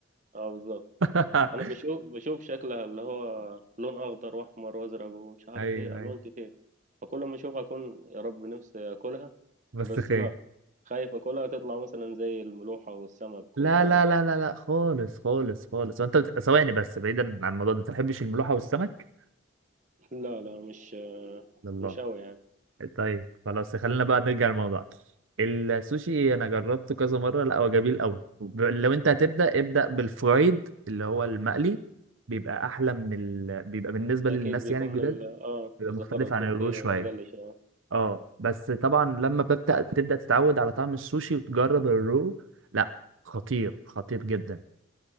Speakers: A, on the right; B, on the right.
A: اه بالظبط
B: <laughs>
A: أنا بشوف بشوف شكلها اللي هو لون أخضر وأحمر وأزرق ومش عارف
B: ايوه
A: إيه ألوان
B: ايوه
A: كتير فكل ما أشوفها أكون يا رب نفسي أكلها
B: بس
A: بس
B: خير
A: لا خايف أكلها تطلع مثلا زي الملوحة والسمك
B: لا
A: والكلام
B: لا
A: ده
B: لا لا لا خالص خالص خالص وانت بت... ثواني بس بعيدا عن الموضوع ده انت ما بتحبش الملوحه والسمك
A: <laughs> لا لا مش
B: لا
A: مش أوي يعني
B: طيب خلاص خلينا بقى نرجع للموضوع السوشي انا جربته كذا مره لا هو جميل قوي لو انت هتبدا ابدا بالفرايد اللي هو المقلي بيبقى احلى من ال... بيبقى بالنسبه
A: أكيد
B: للناس
A: بيكون
B: يعني الجداد
A: ال آه
B: بيبقى
A: الزفارة
B: مختلف
A: بتكون
B: عن الرو
A: فيه
B: شويه
A: أقل شوية
B: اه بس طبعا لما ببدا تبدا تتعود على طعم السوشي وتجرب الرو لا خطير خطير جدا